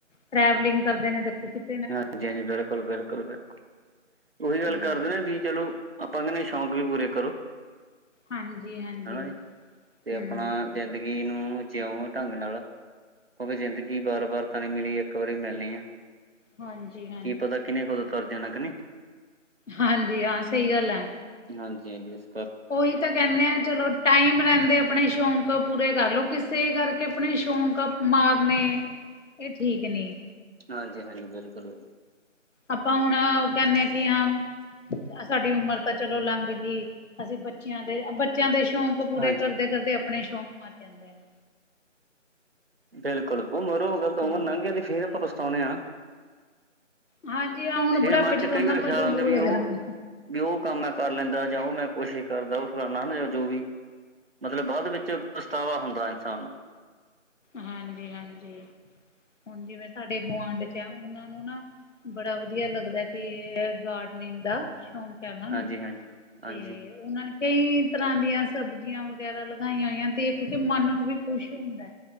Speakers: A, on the left; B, on the right.
A: ਟਰੈਵਲਿੰਗ ਕਰਦੇ ਨੇ ਦੇਖੋ ਕਿਥੇ
B: ਹਾਂਜੀ-ਹਾਂਜੀ, ਬਿਲਕੁਲ-ਬਿਲਕੁਲ, ਬਿਲਕੁਲ ਉਹੀ ਗੱਲ
A: ਹੂੰ
B: ਕਰਦੇ ਵੀ ਚਲੋ, ਆਪਾਂ ਕਹਿੰਦੇ ਸ਼ੌਕ ਵੀ ਪੂਰੇ ਕਰੋ।
A: ਹਾਂਜੀ-ਹਾਂਜੀ
B: ਹਨਾ ਜੀ, ਤੇ
A: ਹੂੰ
B: ਆਪਨਾ ਜ਼ਿੰਦਗੀ ਜਿੰਦਗੀ ਨੂੰ ਜਿਉ ਢੰਗ ਨਾਲ, ਕਿਉਂਕਿ ਜ਼ਿੰਦਗੀ ਵਾਰ- ਵਾਰ ਤਾਂ ਨੀ ਮਿਲੀ ਇੱਕ ਵਾਰੀ ਮਿਲਣੀ ਆ।
A: ਹਾਂਜੀ ਹਾਂ
B: ਕੀ ਪਤਾ, ਕਿੰਨੇ ਕਦੋਂ ਤੁਰ ਜਾਣਾ ਕਿ ਨਹੀਂ
A: ਹਾਂਜੀ ਹਾਂ, ਸਹੀ ਗੱਲ ਐ
B: ਹਾਂਜੀ- ਹਾਂਜੀ ਅਸ
A: ਉਹੀ ਤਾਂ ਕਹਿੰਦੇ ਆ ਚਲੋ ਟਾਈਮ ਰਹਿੰਦੇ ਆਪਣੇ ਸ਼ੌਕ ਪੂਰੇ ਕਰਲਓ, ਕਿਸੇ ਕਰ ਕੇ ਆਪਣੇ ਸ਼ੌਂਕ ਮਾਰਨੇ, ਇਹ ਠੀਕ ਨੀ।
B: ਹਾਂਜੀ-ਹਾਜੀ, ਬਿਲਕੁਲ-ਬਿਲਕਲ।
A: ਆਪਾਂ ਹੁਣ ਆਹ, ਕਹਿੰਦੇ ਆ ਕਿ ਹਾਂ। ਸਾਡੀ ਉਮਰ ਤਾਂ ਚਲੋ ਲੰਘ ਗਈ। ਅਸੀਂ ਬੱਚਿਆਂ ਦੇ ਆ ਬੱਚਿਆਂ ਦੇ ਸ਼ੌਕ ਉਹ ਪੂਰੇ
B: ਹਾਂਜੀ
A: ਕਰਦੇ- ਕਰਦੇ ਆਪਣੇ ਸ਼ੌਂਕ ਮਰ ਜਾਂਦੇ ਨੇ।
B: ਬਿਲਕੁਲ ਉਮਰੋ ਗੱਲ ਤਾਂ
A: ਹੂੰ।
B: ਉਮਰ ਲੰਘ ਜਾਂਦੀ, ਫਿਰ ਆਪਾਂ ਪਛਤਾਉਣੇ ਆ
A: ਹਾਂਜੀ ਹਾਂ, ਹੁਣ
B: ਫੇਰ
A: ਬੁਢਾਪੇ
B: ਮਨ
A: 'ਚ ਥੋੜਾ
B: ਕਈ ਵਾਰ
A: ਆਪਾਂ
B: ਖਿਆਲ
A: ਸ਼ੌਂਕ
B: ਆਉਂਦਾ
A: ਪੂਰੇ
B: ਵੀ ਉਹ
A: ਕਰਾਂਗੇ।
B: ਵੀ ਉਹ ਕੰਮ ਮੈਂ ਕਰ ਲੈਂਦਾ, ਜਾਂ ਉਹ ਮੈਂ ਕੋਸ਼ਿਸ ਕਰਦਾ ਉਹ ਫਲਾਨਾ ਹਨਾ ਜੋ ਵੀ, ਮਤਲਬ ਬਾਅਦ ਵਿੱਚ ਬਾਅਦ ਵਿੱਚ, ਪਛਤਾਵਾ ਹੁੰਦਾ ਇਨਸਾਨ ਨੂੰ
A: ਹਾਂਜੀ -ਹਾਂਜੀ, ਹੁਣ ਜਿਵੇਂ ਸਾਡੇ ਗੁਆਂਢ 'ਚ ਆ ਉਹਨਾਂ ਨੂੰ ਉਹਨੂੰ ਨਾ, ਬੜਾ ਵਧੀਆ ਲੱਗਦਾ ਕਿ ਗਾਰਡਨਿੰਗ ਦਾ ਸ਼ੌਕ ਸ਼ੌਕ ਹੈ ਉਹਨਾਂ ਨੂੰ,
B: ਹਾਂਜੀ ਹਾਂਜੀ ਹਾਂਜੀ
A: ਤੇ ਉਹਨਾਂ ਨੇ ਕਈ ਤਰ੍ਹਾਂ ਦੀਆਂ ਸਬਜ਼ੀਆਂ ਵਗੈਰਾ ਲਗਾਈਆਂ ਹੋਈਆਂ, ਦੇਖ ਕੇ ਮਨ ਵੀ ਖੁਸ਼ ਖੁਸ਼ ਹੁੰਦਾ,